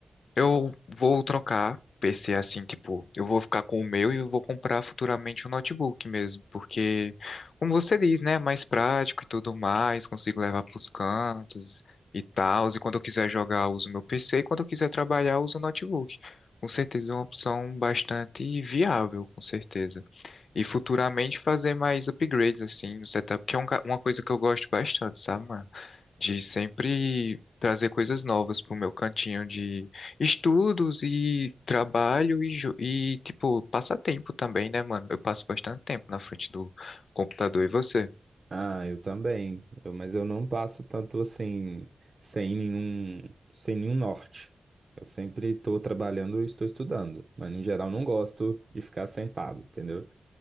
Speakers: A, on the left; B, on the right.
A: Eu vou trocar PC assim, tipo, eu vou ficar com o meu e eu vou comprar futuramente um notebook mesmo, porque, como você diz, né, é mais prático e tudo mais, consigo levar pros cantos e tal, e quando eu quiser jogar, eu uso meu PC e quando eu quiser trabalhar, eu uso o notebook. Com certeza é uma opção bastante viável, com certeza. E futuramente fazer mais upgrades assim no setup, que é um ca- uma coisa que eu gosto bastante, sabe, mano? de sempre trazer coisas novas pro meu cantinho de estudos e trabalho e, jo- e tipo, passatempo também, né, mano? Eu passo bastante tempo na frente do computador e você?
B: Ah, eu também. Eu- mas eu não passo tanto assim, sem nenhum, sem nenhum norte. Eu sempre estou trabalhando e estou estudando, mas no geral não gosto de ficar sentado, entendeu?